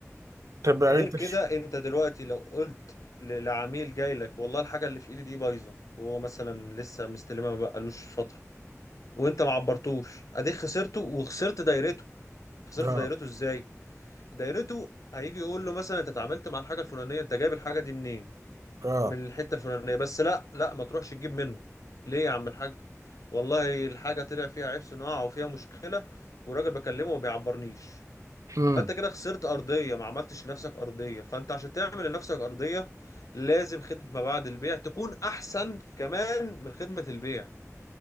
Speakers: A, on the right; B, on the left.
A: طب يعني
B: غير
A: أنت
B: كده
A: ش-
B: انت دلوقتي لو قلت ل- لعميل جاي لك والله الحاجه اللي في ايدي دي بايظه وهو مثلا لسه مستلمها ما بقالوش فتره وانت ما عبرتوش اديك خسرته وخسرت دايرته خسرت
A: آه
B: دايرته ازاي دايرته هيجي يقول له مثلا انت اتعاملت مع الحاجه الفلانيه انت جايب الحاجه دي منين
A: آه
B: من الحته الفلانيه بس لا لا ما تروحش تجيب منه ليه يا عم الحاج والله الحاجه طلع فيها عيب صناعه او فيها مشكله والراجل بكلمه وما بيعبرنيش
A: مم.
B: فانت كده خسرت ارضيه ما عملتش لنفسك ارضيه فانت عشان تعمل لنفسك ارضيه لازم خدمه ما بعد البيع تكون احسن كمان من خدمه البيع